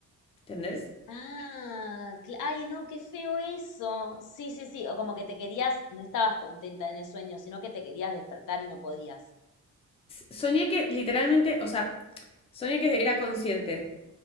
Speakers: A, on the left; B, on the left.
A: ¿entendés?
B: Ah, cla- ay, no, qué feo eso. Sí, sí, sí. O como que te querías, no estabas contenta en el sueño, sino que te querías despertar y no podías.
A: Soñé que literalmente, o sea, soñé que era consciente